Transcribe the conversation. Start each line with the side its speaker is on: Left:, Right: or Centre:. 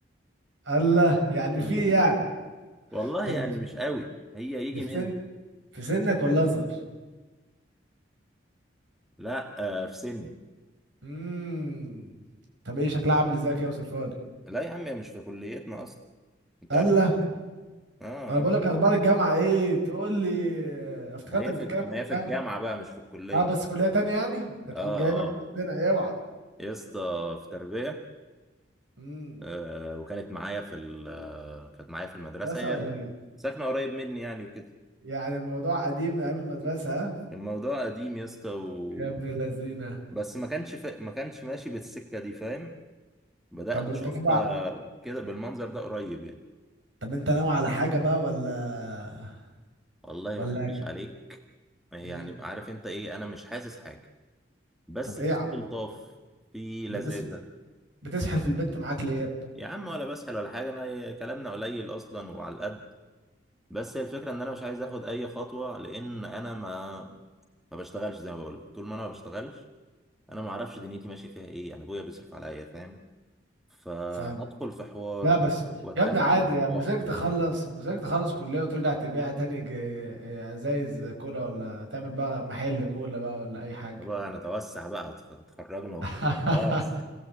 Right: الله يعني
Centre: كده
Right: في إيه يعني
Centre: والله
Right: طب
Centre: يعني
Right: دي
Centre: مش قوي هي يجي
Right: دي في
Centre: منها
Right: سن في سنك ولا اصغر
Centre: لا آه في سني
Right: امم طب ايه شكلها عامل ازاي كده وصفها لي
Centre: لا يا عم هي مش في كليتنا اصلا انت
Right: الله
Centre: عارف اه
Right: ما انا بقول لك اخبار الجامعه ايه تقول لي اه، افتكرتك
Centre: ما هي
Right: بتتكلم
Centre: في ما
Right: عن
Centre: هي في الجامعه
Right: الجامعه
Centre: بقى مش في الكليه
Right: اه بس كليه تانية يعني هتكون
Centre: اه اه
Right: جايبها من عندنا اوعى
Centre: يا اسطى في تربيه
Right: امم
Centre: آه وكانت معايا في ال آه، كانت معايا في المدرسه هي
Right: مدرسه ولا إيه؟
Centre: ساكنه قريب مني يعني وكده
Right: يعني الموضوع قديم من ايام المدرسة ها؟
Centre: الموضوع قديم يا اسطى و...
Right: يا ابن اللذينة
Centre: بس ما كانش ف... ما كانش ماشي بالسكه دي فاهم بدات
Right: طب وانت
Centre: اشوفها
Right: ناوي ع-
Centre: كده بالمنظر ده قريب يعني
Right: طب انت ناوي على حاجة بقى ولا
Centre: والله
Right: ولا
Centre: ما اخبيش عليك يعني
Right: مم.
Centre: عارف انت ايه انا مش حاسس حاجه بس
Right: طب ايه
Centre: في
Right: يا
Centre: استلطاف
Right: عم
Centre: في لذاذة
Right: بتس... بتسحل في البنت معاك ليه يا ابني
Centre: يا عم ولا بسحل ولا حاجة أنا كلامنا قليل أصلا وعلى القد بس هي الفكرة إن أنا مش عايز آخد أي خطوة لأن أنا ما ما بشتغلش زي ما بقول لك طول ما أنا ما بشتغلش أنا ما أعرفش دنيتي ماشية فيها إيه أنا أبويا بيصرف عليا فاهم فهدخل
Right: فاهم
Centre: في حوار
Right: لا بس
Centre: و- وأتقدم
Right: يا ابني عادي يا مزاجك
Centre: وأخطب
Right: تخلص مزاجك تخلص كلية وترجع تبيع تاني ج- ازايز كولا ولا تعمل بقى محل كولا بقى ولا اي حاجة
Centre: طبعا أنا أتوسع بقى اتخ- اتخرجنا وفضلنا
Right: <laughs>
Centre: خلاص